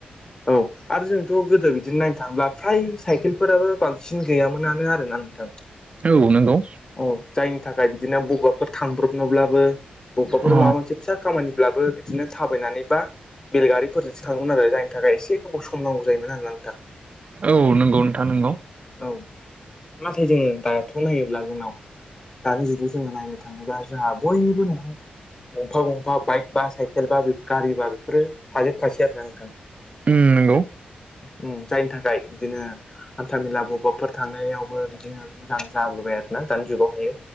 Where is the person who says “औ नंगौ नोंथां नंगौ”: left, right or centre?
Right